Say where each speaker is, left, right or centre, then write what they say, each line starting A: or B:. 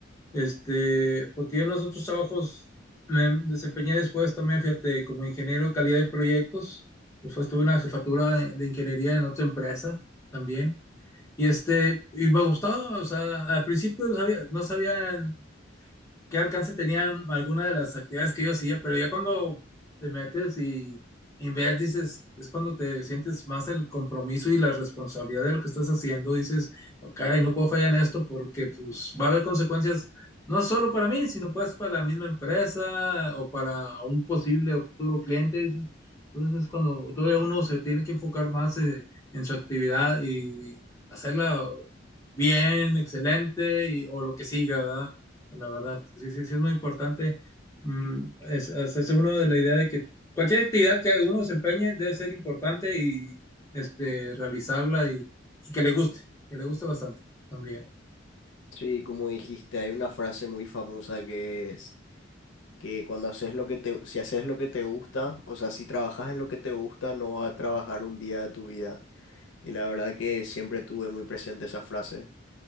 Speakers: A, on the left (about 15°); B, on the left (about 75°).
A: Este, porque yo en los otros trabajos me desempeñé después también, fíjate, como ingeniero de calidad de proyectos. Después tuve una jefatura de, de ingeniería en otra empresa también. Y este, y me gustaba, o sea, al principio no sabía, no sabía qué alcance tenía alguna de las actividades que yo hacía, pero ya cuando te metes y ves, dices, es cuando te sientes más el compromiso y la responsabilidad de lo que estás haciendo, dices, "Oh, caray, no puedo fallar en esto porque pues va a haber consecuencias no solo para mí, sino pues para la misma empresa o para un posible o futuro cliente, dices. Entonces es cuando todavía uno se tiene que enfocar más eh, en su actividad y hacerla bien, excelente y, o lo que siga, ¿verdad? la verdad. Sí, sí, sí, es muy importante mm, es, hacerse uno de la idea de que cualquier actividad que uno se empeñe debe ser importante y este, realizarla y, y que le guste, que le guste bastante también.
B: Sí, como dijiste, hay una frase muy famosa que es que cuando haces lo que te, si haces lo que te gusta, o sea, si trabajas en lo que te gusta, no vas a trabajar un día de tu vida. Y la verdad que siempre tuve muy presente esa frase,